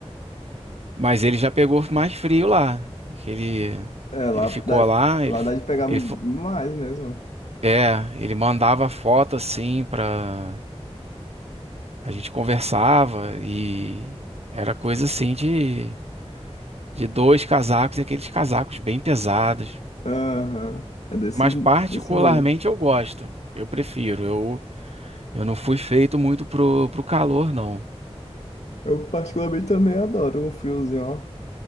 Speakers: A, on the right; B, on the left.
A: mas ele já pegou mais frio lá. Que Ele,
B: É, lá
A: ele ficou
B: dá,
A: lá,
B: lá
A: ele, f-
B: dá de pegar
A: ele,
B: mais
A: fo-
B: mesmo.
A: é, ele mandava foto assim pra. A gente conversava e era coisa assim de, de dois casacos e aqueles casacos bem pesados.
B: Aham. É desse,
A: Mas particularmente
B: desse nível.
A: eu gosto, eu prefiro. Eu, eu não fui feito muito pro, pro calor, não.
B: Eu particularmente também adoro um friozinho, ó.